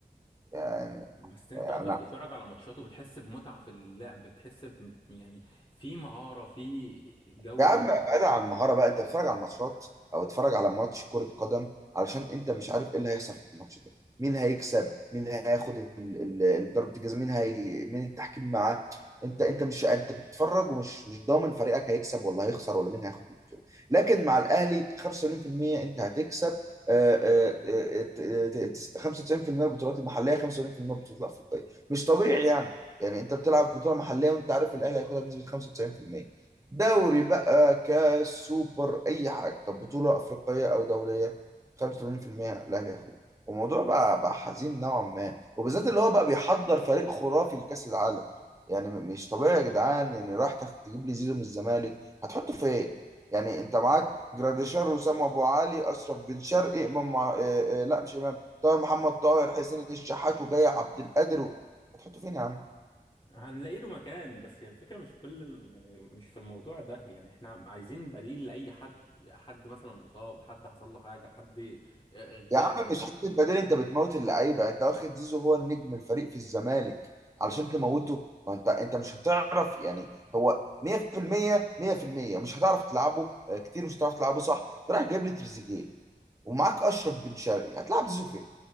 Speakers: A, on the right; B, on the left.
A: يعني
B: بس انت
A: انا
B: وانت بتتفرج على ماتشاته بتحس بمتعة في اللعب بتحس ب... يعني في مهارة في جو
A: يا عم بعيد عن المهاره بقى انت بتتفرج على الماتشات او اتفرج على ماتش كره قدم علشان انت مش عارف ايه اللي هيحصل في الماتش ده مين هيكسب مين هياخد ال- ال- ال- ضربه الجزاء مين هي مين التحكيم معاه انت انت مش انت بتتفرج ومش مش ضامن فريقك هيكسب ولا هيخسر ولا مين هياخد البطوله لكن مع الاهلي 85% انت هتكسب آه، آه، آه، ت- ت- ت- 95% البطولات المحليه 75% البطولات الافريقيه مش طبيعي يعني يعني انت بتلعب بطوله محليه وانت عارف الاهلي هياخدها بنسبه 95% دوري بقى كاس سوبر اي حاجه طب بطوله افريقيه او دوليه 85% الاهلي هياخدها الموضوع بقى بقى حزين نوعا ما وبالذات اللي هو بقى بيحضر فريق خرافي لكاس العالم يعني م- مش طبيعي يا جدعان يعني راح تخ- تجيب لي زيزو من الزمالك هتحطه فين يعني انت معاك جراديشار وسام ابو علي اشرف بن شرقي امام مع... آه، آه، لا مش امام طاهر محمد طاهر حسين الشحات وجاي عبد القادر و... هتحطه فين يا عم
B: هنلاقي له مكان بس هي الفكرة مش كل ال- يعني مش في الموضوع ده يعني احنا عايزين بديل لأي حد حد مثلا مصاب حد حصل له حاجة حد
A: يا
B: غاب
A: عم مش حته بديل انت بتموت اللعيبه انت واخد زيزو هو النجم الفريق في الزمالك علشان تموته ما انت انت مش هتعرف يعني هو 100% 100% مش هتعرف تلعبه آه، كتير مش هتعرف تلعبه صح انت رايح جايب لي تريزيجيه ومعاك اشرف بن شرقي هتلعب زيزو فين؟